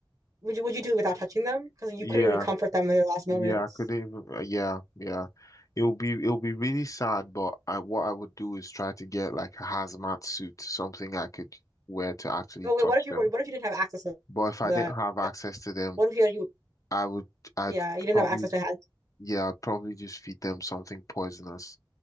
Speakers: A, on the right (about 40°); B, on the left (about 40°).
A: would you would you do it without touching them? Because you
B: yeah.
A: couldn't even comfort them in their last
B: Yeah,
A: moments.
B: I couldn't even. uh, Yeah, yeah. It'll be it'll be really sad, but I what I would do is try to get like a hazmat suit, something I could wear to actually
A: Okay,
B: touch
A: what if you
B: them.
A: were? What if you didn't have access to
B: But if I
A: the?
B: didn't have access to them,
A: What if you had you?
B: I would I'd
A: Yeah, you didn't
B: probably
A: have access to how
B: yeah, I'd probably just feed them something poisonous,